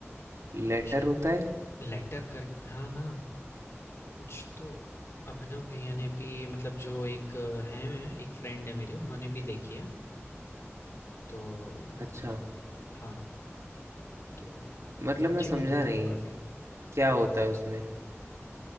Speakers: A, on the right; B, on the left.
A: लेटर
B: शायद
A: होता है
B: लेटर कर हाँ, हाँ। कुछ तो अभिनव भैया ने भी मतलब जो एक अ, हैं एक फ्रेंड है मेरे उन्होंने भी देखी है तो
A: अच्छा
B: हाँ तो
A: मतलब
B: अच्छी
A: मैं समझा
B: मूवी
A: नहीं
B: थी वो काफ़ी
A: क्या होता है उसमें